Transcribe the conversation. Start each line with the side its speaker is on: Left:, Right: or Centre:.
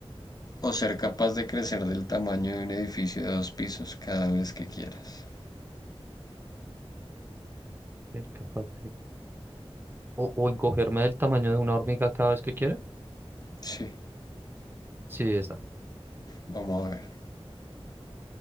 Left: ¿O ser capaz de crecer del tamaño de un edificio de dos pisos cada vez que quieras?
Right: Ser capaz de- O, o encogerme del tamaño de una hormiga cada vez que quiera.
Left: Sí,
Right: Sí, esa.
Left: vamos a ver.